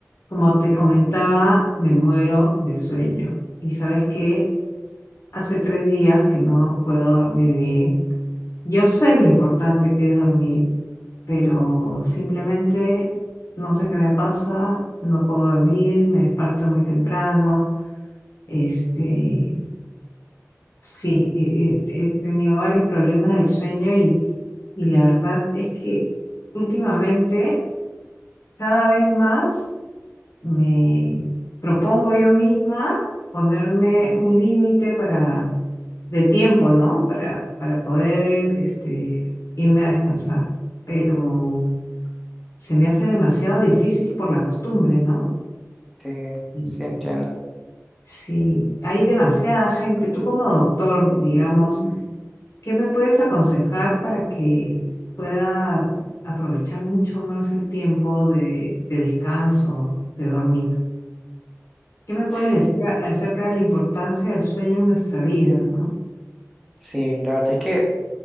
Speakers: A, on the left (about 60°); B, in the centre.
A: Como te comentaba, me muero de sueño. Y sabes que hace tres días que no puedo dormir bien. Yo sé lo importante que es dormir, pero simplemente no sé qué me pasa, no puedo dormir, me despierto muy temprano. Este, sí, he, he- he tenido varios problemas del sueño y, y la verdad es que últimamente cada vez más. Me propongo yo misma ponerme un límite para de tiempo, ¿no? Para, para poder este, irme a descansar. Pero se me hace demasiado difícil por la costumbre, ¿no?
B: Sí,
A: Y
B: sí entiendo.
A: Sí, hay demasiada gente. Tú como doctor, digamos, ¿qué me puedes aconsejar para que pueda aprovechar mucho más el tiempo de, de descanso, de dormir? ¿Qué me puedes
B: Sí,
A: decir a- acerca de la importancia del sueño en nuestra vida, ¿no?
B: sí, la verdad es que